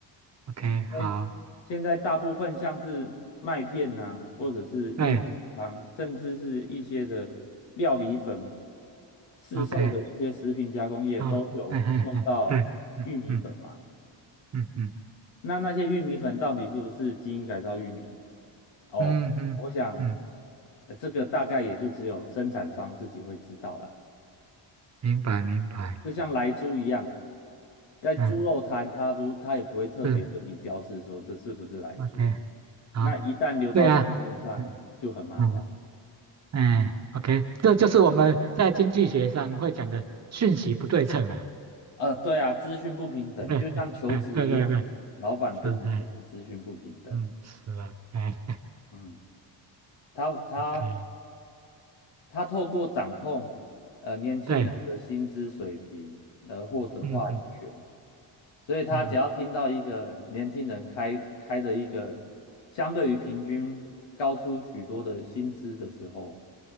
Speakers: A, on the right; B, on the left.
A: OK，
B: 因为
A: 好，
B: 现在大部分像是麦片呐、或者是玉米汤，
A: 对
B: 甚至是一些的料理粉，市售的一些食品加工业都有用到玉米粉嘛。
A: ，OK，哦，哎哎哎，对，嗯嗯嗯嗯
B: 那那些玉米粉到底是不是基因改造玉米？哦，
A: 嗯嗯嗯，
B: 我想，呃，这个大概也就只有生产商自己会知道啦。
A: 明白明白，
B: 就像莱猪一样，在猪肉摊，
A: 嗯
B: 他不，他也不会特别跟你标示说这是不是莱猪。
A: 是，OK，好，
B: 那一旦流到市面上，
A: 对啊，嗯
B: 就很麻烦。
A: 嗯，哎，OK，这就是我们在经济学上会讲的讯息不对称啊，
B: 呃，对啊，资讯不平等，
A: 对，
B: 就像求职一样，
A: 哎，对对对，
B: 老板跟你也是资讯不平等。
A: 是，哎，嗯，是啊，哎
B: 嗯，他他
A: ，OK，
B: 他透过掌控呃年轻人的薪资水平而获得话语权，
A: 对，嗯嗯
B: 所以他只要听到一个年轻人开开的一个
A: 嗯，
B: 相对于平均高出许多的薪资的时候，